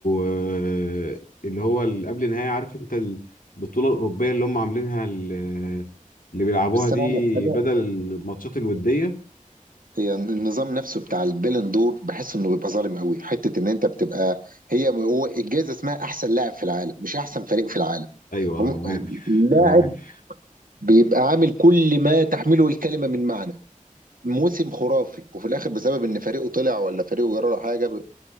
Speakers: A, on the left; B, on the right.
A: آه، اللي هو اللي قبل النهائي عارف انت البطوله الاوروبيه اللي هم عاملينها ال- اللي بيلعبوها
B: بس
A: دي
B: أنا أقول لك حاجة
A: بدل الماتشات الوديه
B: هي النظام نفسه بتاع البالون دور بحس انه بيبقى ظالم قوي حته ان انت بتبقى هي هو الجائزه اسمها احسن لاعب في العالم مش احسن فريق في العالم
A: ايوه
B: هم-
A: آه، انا عارف
B: اللاعب
A: انا عارف
B: بيبقى عامل كل ما تحمله الكلمه من معنى موسم خرافي وفي الاخر بسبب ان فريقه طلع ولا فريقه جرى له حاجه ب-